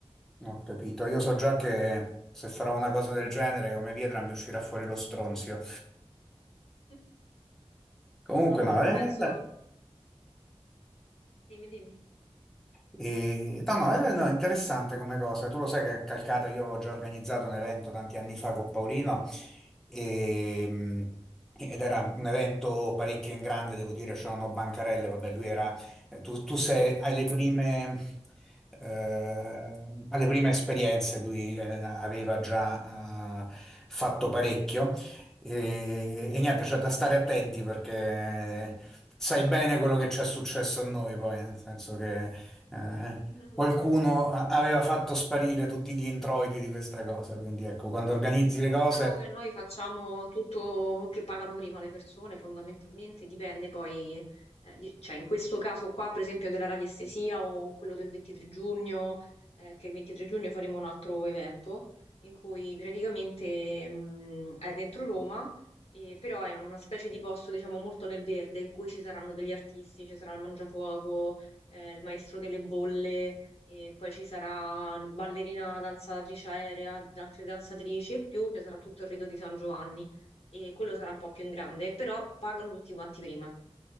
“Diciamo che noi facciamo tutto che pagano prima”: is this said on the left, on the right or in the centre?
Left